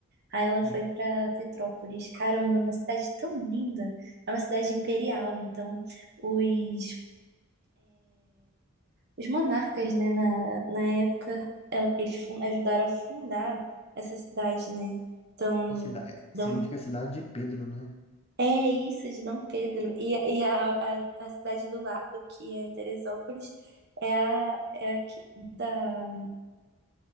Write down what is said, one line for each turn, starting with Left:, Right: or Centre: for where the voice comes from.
Right: Aí ela
Left: Hum.
Right: foi pra Petrópolis. Caramba, é uma cidade tão linda. É uma cidade imperial, então os, os monarcas, né, na, na época, el- eles fun- ajudaram a fundar essa cidade, né? Então,
Left: É cida- é- significa
Right: dão
Left: cidade de Pedro, né?
Right: É isso, de Dom Pedro. E, e a, a, a cidade do lado, que é Teresópolis, é a, é a que- da.